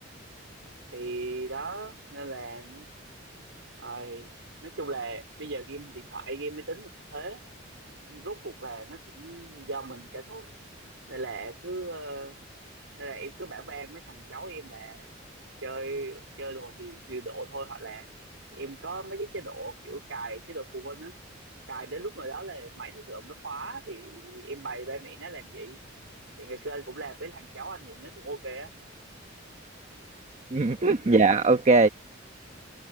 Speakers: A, on the right; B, on the right.
A: thì đó nên là rồi nói chung là bây giờ game điện thoại game máy tính nó cũng thế rốt cuộc là nó cũng do mình cả thôi nên là cứ ờ, nên là em cứ bảo ban mấy thằng cháu em là chơi chơi đồ điều, điều độ thôi hoặc là em có mấy cái chế độ kiểu cài chế độ phụ huynh á cài đến lúc nào đó là máy nó tự động nó khóa thì em bày ba mẹ nó làm gì thì ngày xưa anh cũng làm với thằng cháu anh thì nó cũng ok á
B: <laughs> Dạ ok.